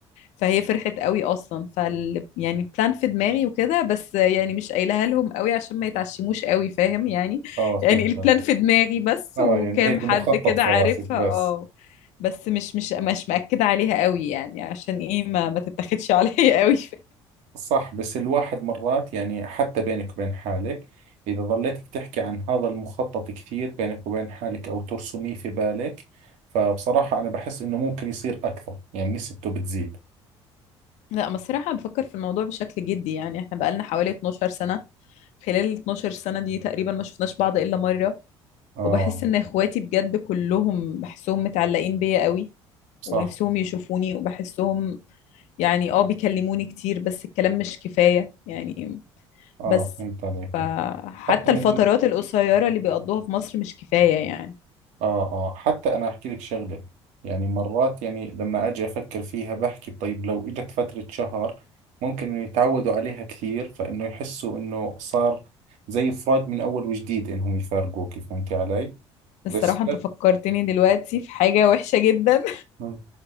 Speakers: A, on the left; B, on the right.
A: فهي فرحت قوي اصلا فال يعني بلان في دماغي وكده بس يعني مش قايلها لهم قوي عشان ما يتعشموش قوي فاهم يعني
B: اه
A: يعني
B: فهمت
A: البلان
B: عليك
A: في دماغي بس
B: اه
A: وكام
B: يعني هيك
A: حد
B: مخطط
A: كده
B: في
A: عارفها
B: راسك بس
A: اه بس مش مش مش مأكدة عليها قوي يعني عشان ايه ما ما تتاخدش <laughs> عليا قوي
B: صح بس الواحد مرات يعني حتى بينك وبين حالك إذا ظليتك تحكي عن هذا المخطط كثير بينك وبين حالك أو ترسميه في بالك فبصراحة أنا بحس إنه ممكن يصير أكثر يعني نسبته بتزيد
A: لا انا الصراحة بفكر في الموضوع بشكل جدي يعني احنا بقالنا حوالي 12 سنة خلال ال 12 سنة دي تقريبا ما شفناش بعض إلا مرة
B: آه
A: وبحس إن إخواتي بجد كلهم بحسهم متعلقين بيا قوي
B: صح
A: ونفسهم يشوفوني وبحسهم يعني اه بيكلموني كتير بس الكلام مش كفاية يعني
B: آه
A: بس
B: فهمت عليك
A: فحتى
B: حتى من
A: الفترات القصيرة اللي بيقضوها في مصر مش كفاية يعني
B: آه آه حتى أنا أحكي لك شغلة يعني مرات يعني لما أجي أفكر فيها بحكي طيب لو إجت فترة شهر ممكن إنه يتعودوا عليها كثير فإنه يحسوا إنه صار زي فراق من أول وجديد إنهم يفارقوك فهمتي علي بس
A: الصراحة انت
B: لا
A: فكرتني دلوقتي في حاجة وحشة جدا
B: مم.